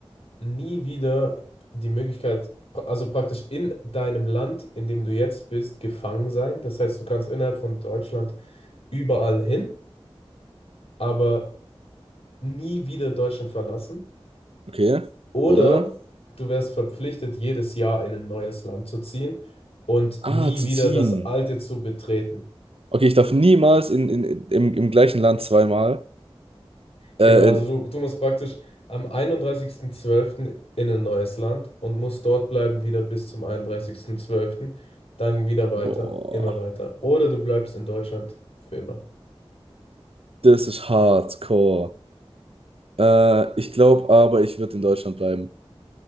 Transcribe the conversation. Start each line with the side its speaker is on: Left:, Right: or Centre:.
Left: nie wieder die Möglichkeit, also praktisch in deinem Land, in dem du jetzt bist, gefangen sein? Das heißt, du kannst innerhalb von Deutschland überall hin, aber nie wieder Deutschland verlassen.
Right: Okay,
Left: Oder
Right: oder?
Left: du wärst verpflichtet, jedes Jahr in ein neues Land zu ziehen und
Right: Ah,
Left: nie
Right: zu
Left: wieder
Right: ziehen.
Left: das alte zu betreten.
Right: Okay, ich darf niemals in, in, im, im gleichen Land zweimal. Äh,
Left: Genau,
Right: in,
Left: also du, du musst praktisch am 31.12. in ein neues Land und musst dort bleiben wieder bis zum 31.12. Dann wieder weiter,
Right: boah,
Left: immer weiter. Oder du bleibst in Deutschland für immer.
Right: das ist hardcore. Äh, ich glaube aber, ich würde in Deutschland bleiben.